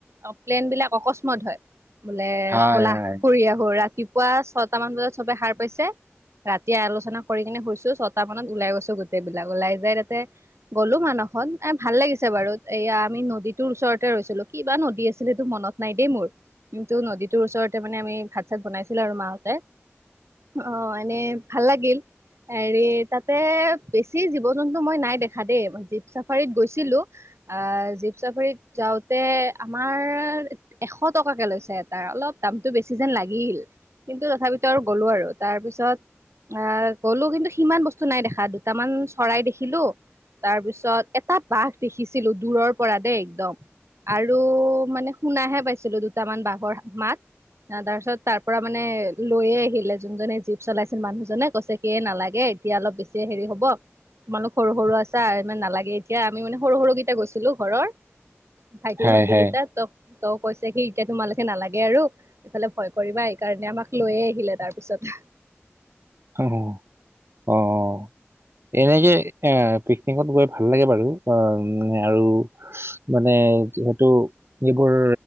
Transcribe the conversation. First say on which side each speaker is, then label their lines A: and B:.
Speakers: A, on the right (about 75°); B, on the right (about 60°).
A: অ প্লেন বিলাক অকস্মাত হয় বোলে
B: হয়
A: বলাহ।
B: হয়
A: ফুৰি আহো। ৰাতিপুৱা ছয়টামান বজাত সবে সাৰ পাইছে ৰাতিয়ে আলোচনা কৰি কিনে শুইছো ছটা মানত ওলাই গৈছো, গোটেই বিলাক ওলাই যাই তাতে গ'লো মানসত, এ ভাল লাগিছে বাৰু এয়া আমি নদীটোৰ ওচৰতে ৰৈছিলো। কিবা নদী আছিল হেটো মনত নাই দেই মোৰ, কিন্তু নদীটোৰ ওচৰত মানে আমি ভাত চাত বনাইছিলো আৰু মা হতে, অঁ এনে ভাল লাগিল। হেৰি তাতে বেছি জীৱ জন্তু মই নাই দেখা দেই জীপ চাফাৰীত গৈছিলো। আহঁ জীপ চাফাৰীত যাওঁতে আমাৰ এশ টকাকে লৈছে এটা অলপ। দামটো বেছি যেন লাগিল, কিন্তু তথাপিতো আৰু গ'লো আৰু তাৰপিছত আহ গ'লো কিন্তু সিমান বস্তু নাই দেখা দুটামান চৰাই দেখিলো। তাৰ পিছত এটা বাঘ দেখিছিলো দূৰৰ পৰা দেই একদম। আৰু মানে শুনাহে পাইছিলো দুটামান বাঘৰ মাত। আহঁ তাৰপিছত তাৰ পৰা মানে লৈয়ে আহিলে, যোনজনে জীপ চলাইছিল মানুহজনে কৈছে এ নালাগে এতিয়া অলপ বেছি হেৰি হব। তোমালোক সৰু সৰু আছা ইমান নালাগে এতিয়া আমি মানে সৰু সৰুকেইটা গৈছিলো ঘৰ। ভাইটি
B: হয়
A: ভন্টি
B: হয় হয়
A: কেইটা ত ত কৈছে সি এতিয়া তোমালোকে নালাগে আৰু। ইফালে ভয় কৰিবা এইকাৰণে আমাক লৈয়ে আহিলে তাৰপিছত।
B: অহঁ অঁ অঁ এনেকে এ পিকনিকত গৈ ভাল লাগে বাৰু, অঁ আৰু মানে যিহেতু যিবোৰ